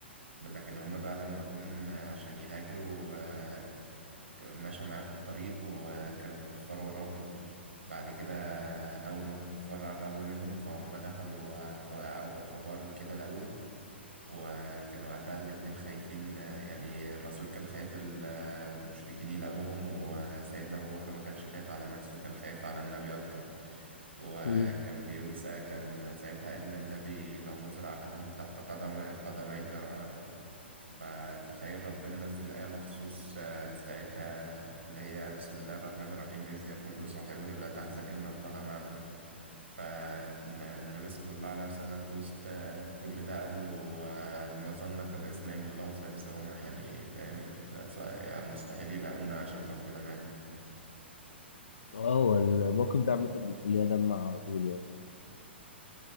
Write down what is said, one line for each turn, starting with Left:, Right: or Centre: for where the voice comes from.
Right: لكن هما بقى لما جم آه، عشان يهاجروا آه، ك- مشى معاه في الطريق وكانوا الكفار وراهم بعد كده أول ما الكفار قربوا منهم فهم دخلوا آه، في أو- في غار كده لقوه وكان وقتها الاتنين خايفين آه، يعني الرسول كان خايف المشركين يلاقوهم وسيدنا أبو بكر ما كانش خايف على نفسه كان خايف على النبي أكتر وكان
Left: امم
Right: بيقول سا كان ساعتها قال للنبي لو نظر أحدهم تحت قدم قدميه لرآنا فتخيل ربنا نزل آية مخصوص آه، ساعتها اللي هي بسم الله الرحمن الرحيم إذ يقول لصاحبه لا تحزن إن الله معنا فالنبي صلى الله عليه وسلم في وسط آه، كل ده قال له آه، ما ظنك باثنين الله ثالثهما يعني فاهم يعني مستحيل يلاقونا عشان ربنا معانا
Left: اه هو الموقف ده عامه بيخليها دمع على طول يعني